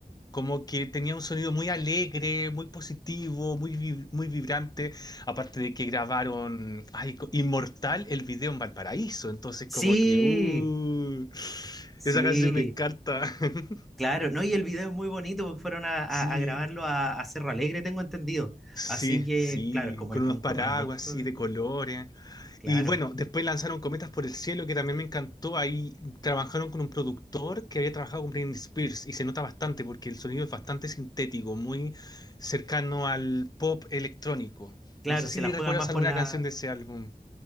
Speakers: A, on the left; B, in the centre.
A: como que tenía un sonido muy alegre, muy positivo, muy, vi- muy vibrante, aparte de que grabaron ay, co- Inmortal el video en Valparaíso, entonces
B: Sí,
A: como que, uh,
B: Sí,
A: esa canción me encanta. <laughs>
B: claro, ¿no? Y el video es muy bonito porque fueron a, a-
A: Sí,
B: a grabarlo a, a Cerro Alegre, tengo entendido.
A: sí,
B: Así que,
A: sí,
B: claro, es como
A: con
B: el punto
A: unos paraguas
B: más bonito.
A: así
B: de-
A: de colores.
B: Claro,
A: Y bueno, después lanzaron Cometas por el Cielo, que también me encantó. Ahí trabajaron con un productor que había trabajado con Britney Spears y se nota bastante porque el sonido es bastante sintético, muy cercano al pop electrónico.
B: claro,
A: No sé si
B: se la juega
A: recuerdas
B: más
A: alguna
B: por la...
A: canción de ese álbum.